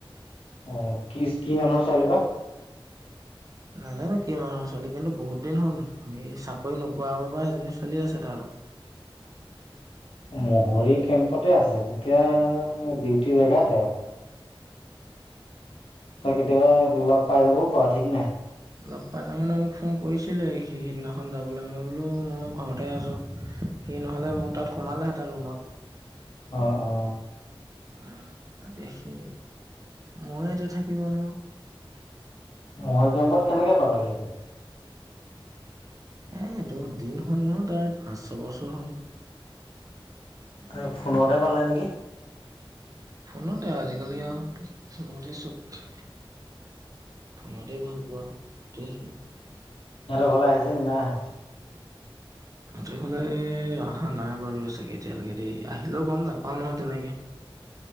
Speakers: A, on the left (about 80°); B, on the right (about 40°).
A: অ কি কি মানুহৰ ছোৱালী বা।
B: নাজানো কি মানুহৰ চোৱালী কিন্তু বহুত দিন হ'ল আমি চাকৰি নোপোৱাৰ পৰা সেইজনী চলি আছে তাৰ লগত।
A: মহৰি কেম্পতে আছে তেতিয়া ডিউটিৰ জেগাতে আৰু। তই কেতিয়াবা লগ পাই যাবও পাৰ ঠিক নাই।
B: লগ পাই যাম মানে মোক ফোন কৰিছিলে সি সেইদিনাখন যাবলৈ মই বোলো মই ঘৰতে আছোঁ। সেই নহ'লে মোৰ তাত সোমালেহেঁতেন ৰুমত।
A: অ অ।
B: অ তাতে সি মইয়ে ইয়াতে থাকিব নোৱাৰোঁ।
A: মহৰী কেম্পত কেনেকে পালাগে সি।
B: এ এইটো দিন হ'ল নহয় তাৰ পাঁচ ছয় বছৰ হ'ল।
A: তাৰ ফোনতে পালে নেকি?
B: ফোনতে আজিকালি আৰু ফোনতে চব। ফোনতেই ভাল পোৱা গোটেইখিনি।
A: তাহাতৰ ঘৰলে আহিছে নেকি নাই অহা।
B: তাহাতৰ ফালে অহা নাই বাৰু চাগে এতিয়ালৈকে দেই আহিলেও গম নেপাও নহয় তেনেকে।